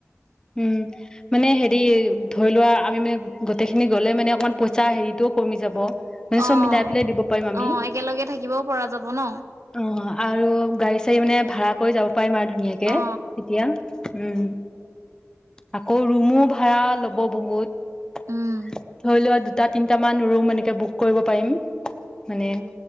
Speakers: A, on the left; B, on the right.
A: উম মানে হেৰি ধৰি লোৱা আমি মানে গোটেইখিনি গ'লে মানে অকমান পইচা হেৰিটো কমি যাব মানে চব
B: অ
A: মিলাই পেলাই দিব পাৰিম আমি
B: অ একেলগে থাকিবও পৰা যাব ন
A: অ আৰু গাড়ী চাৰী মানে ভাড়া কৰি যাব পাৰিম আৰু ধুনীয়াকে
B: অ
A: এতিয়া উম আকৌ ৰুমো ভাড়া লব বহুত
B: উম
A: ধৰি লোৱা দুটাত তিনটামান ৰুম এনেকে বুক কৰিব পাৰিম মানে